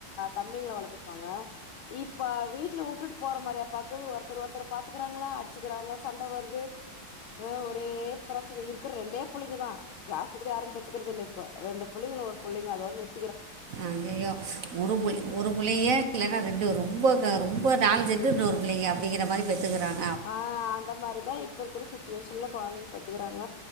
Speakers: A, on the left; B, on the right.
A: தம்பிங்கள வளத்துப்பாங்க இப்ப வீட்ல உட்டுட் போற மாரியா பாக்குது ஒருத்தர் ஒருத்தர் பாத்துக்கிறாங்களா அடிச்சுக்கறாங்க சண்ட வருது ம் ஒர் ஒரே பிரச்சன இருக்கற ரெண்டே புள்ளைங்கதா ஜாஸ்தி கூட யாரு பெத்துக்கறது இல்ல இப்ப ரெண்டு புள்ளைங்க இல்ல ஒரு புள்ளைங்க அதோட நிறு
B: ஐயயோ ஒரு <unintelligible> ஒரு புள்ளைங்க இல்லன்னா ரெண்டு ரொம்ப க ரொம்ப நாள் ஜெண்டு இன்னொரு புள்ளைங்க அப்டிங்கற மாரி பெத்துகறாங்க
A: ஆ அந்த மாரிதா இப்ப இருக்கற சிச்சுவேஷன்ல கொழந்தைங்க பெத்துக்கறாங்க